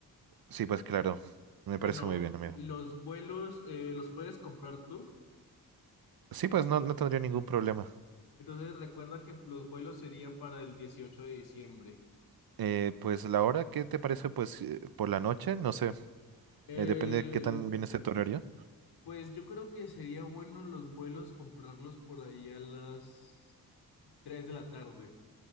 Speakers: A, on the right; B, on the left.
A: Sí, pues claro, me
B: Bueno,
A: parece muy bien, amigo.
B: los vuelos eh, los puedes comprar tú.
A: Sí, pues no, no tendría ningún problema.
B: Entonces recuerda que los vuelos serían para el 18 de diciembre.
A: Eh, pues la hora, ¿qué te parece? Pues eh, por la noche, no sé,
B: Eh,
A: eh, depende de qué tan bien esté tu horario.
B: pues yo creo que sería bueno los vuelos comprarlos por ahí a las 3 de la tarde.